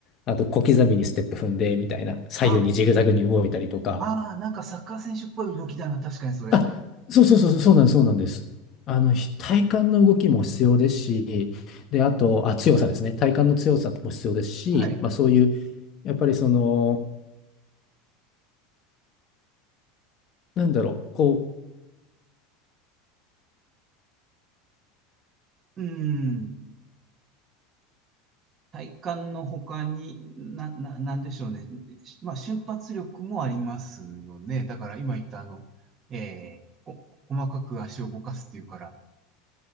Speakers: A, on the left; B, on the right.
A: あと小刻みにステップ踏んでみたいな、左右にジグザグに動いたりとか、
B: あーあー、なんかサッカー選手っぽい動きだな。確かにそれ。
A: あ、そうそうそうそう、そうなんです、そうなんです。あの、ひ体幹の動きも必要ですし、で、あと、あ、強さですね。体幹の強さも必要ですし、
B: はい。
A: まあそういう、やっぱりその、なんだろう、こ
B: うん。体幹の他に、な、な、なんでしょうね。しまあ、瞬発力もありますよね。だから今言ったあの、えー、こ、細かく足を動かすっていうから。